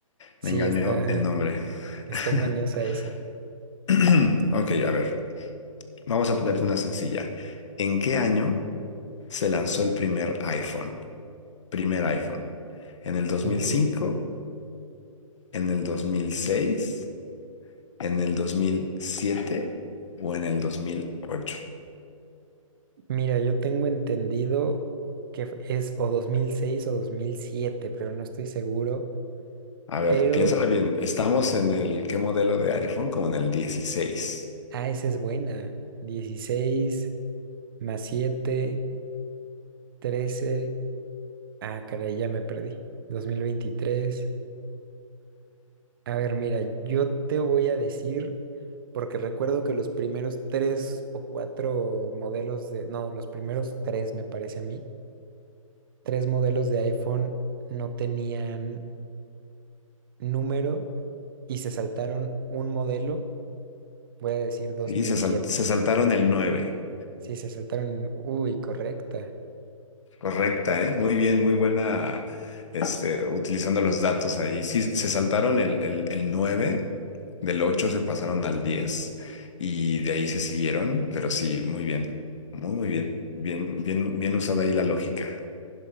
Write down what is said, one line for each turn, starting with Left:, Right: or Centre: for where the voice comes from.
Right: Sí,
Left: Me engañó
Right: está,
Left: el nombre.
Right: está
Left: <clears throat>
Right: engañosa esa.
Left: <laughs> Ok, a ver, vamos a ponerte una sencilla. ¿En qué año se lanzó el primer iPhone? primer iPhone. En el dos
Right: Uy.
Left: mil cinco en el dos mil seis en el 2007 o en el dos mil ocho
Right: Mira, yo tengo entendido que f- es o 2006 o 2007, pero no estoy seguro.
Left: A ver,
Right: Pero,
Left: piénsala bien. Estamos en el, ¿qué modelo de iPhone? Como en el dieciséis
Right: ah, esa es buena. 16 más 7, 13. Ah, caray, ya me perdí. 2023. A ver, mira, yo te voy a decir, porque recuerdo que los primeros tres o cuatro modelos de, no, los primeros tres me parece a mí, tres modelos de iPhone no tenían número y se saltaron un modelo, voy a decir 2007.
Left: Y se, sal- se saltaron el nueve
Right: Sí, se saltaron, uy, correcta.
Left: Correcta, ¿eh? Muy bien, muy buena, este, utilizando los datos ahí. Sí, se saltaron el, el, el 9 del 8, se pasaron al 10 y de ahí se siguieron, pero sí, muy bien, muy, muy bien, bien, bien, bien usada ahí la lógica.